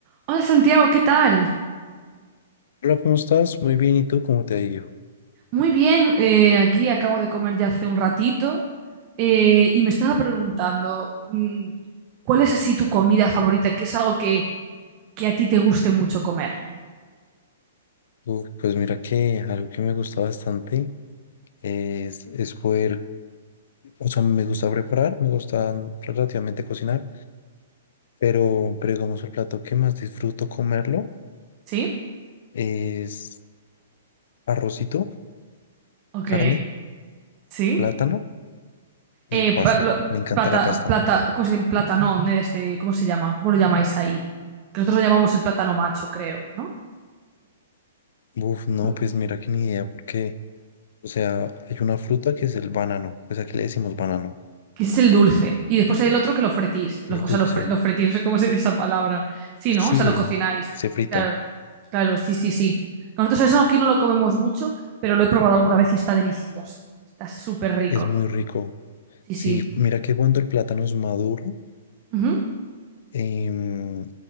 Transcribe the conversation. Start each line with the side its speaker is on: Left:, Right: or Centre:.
Right: Hola Santiago, ¿qué tal?
Left: Hola, ¿cómo estás? Muy bien, ¿y tú cómo te ha ido?
Right: Muy bien, eh, aquí acabo de comer ya hace un ratito eh, y me estaba preguntando, mm, ¿cuál es así tu comida favorita? ¿Qué es algo que, que a ti te guste mucho comer?
Left: Uf, pues mira que algo que me gusta bastante es, es poder, o sea, me gusta preparar, me gusta mm, relativamente cocinar, pero, pero digamos el plato que más disfruto comerlo
Right: ¿Sí?
Left: es arrocito,
Right: Ok,
Left: carne,
Right: sí.
Left: plátano y
Right: Eh,
Left: pasta.
Right: pa- lo-
Left: Me encanta
Right: plata,
Left: la pasta.
Right: plata, ¿cómo se dice? Platanón, eh, este, ¿cómo se llama? ¿Cómo lo llamáis ahí? Que nosotros lo llamamos el plátano macho, creo, ¿no?
Left: Uf, no,
Right: ¿Cómo?
Left: pues mira que ni idea, porque, o sea, hay una fruta que es el banano, pues aquí le decimos banano,
Right: Ese es el dulce. Y después hay el otro que lo fretís.
Left: el
Right: Lo-
Left: dulce,
Right: o sea, lo, fre- lo fretís, no sé cómo se dice esa palabra. Sí,
Left: sí,
Right: ¿no? O sea, lo cocináis.
Left: se frita,
Right: Claro, claro, sí, sí, sí. Nosotros eso aquí no lo comemos mucho, pero lo he probado alguna vez y está delicioso. Está súper rico.
Left: es muy rico.
Right: Sí,
Left: Sí,
Right: sí.
Left: mira que cuando el plátano es maduro,
Right: Ujú.
Left: em,